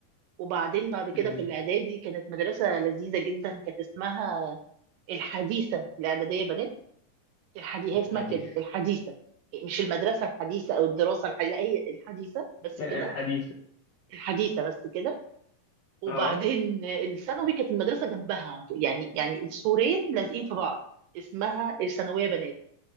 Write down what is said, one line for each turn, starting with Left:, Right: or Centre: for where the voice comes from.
Right: وبعدين بعد كده
Left: جميل
Right: في الاعدادي كانت مدرسه لذيذه جدا كانت اسمها الحديثه الاعداديه بنات الحديث هي
Left: الحديث
Right: اسمها كده الحديثة مش المدرسة الحديثة أو الدراسة الحديثة لا هي الحديثة بس
Left: الحديث
Right: كده الحديثة بس كده وبعدين
Left: اه
Right: الثانوي كانت المدرسة جنبها على طول يعني يعني السورين لازقين في بعض اسمها الثانوية بنات